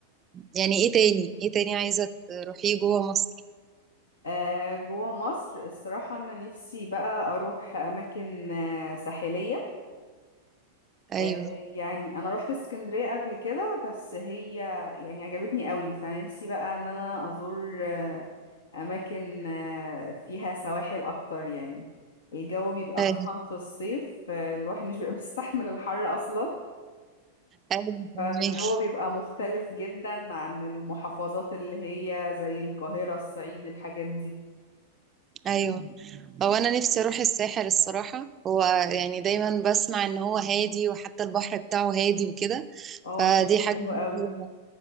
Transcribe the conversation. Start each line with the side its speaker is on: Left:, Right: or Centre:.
Right: يعني ايه تاني ايه تاني عايزه تروحيه جوه مصر
Left: آه، جوه مصر الصراحة أنا نفسي بقى أروح أماكن آه، ساحلية
Right: ايوه
Left: آه، يعني أنا روحت اسكندرية قبل كده بس هي يعني عجبتني قوي فنفسي بقى إن أنا أزور آه، أماكن آه، فيها سواحل أكتر يعني الجو بيبقى
Right: ايوه
Left: خصوصا في الصيف آه، الواحد مش بيبقى <laughs> مستحمل الحر أصلا
Right: ايوه فهماكي.
Left: فالجو بيبقى مختلف جدا عن المحافظات اللي هي زي القاهرة الصعيد الحاجات دي
Right: ايوه هو انا نفسي اروح الساحل الصراحه هو يعني دايما بسمع ان هو هادي وحتى البحر بتاعه هادي وكده
Left: اه
Right: فدي
Left: شكله
Right: حاجه
Left: حلو
Right: برضو-
Left: قوي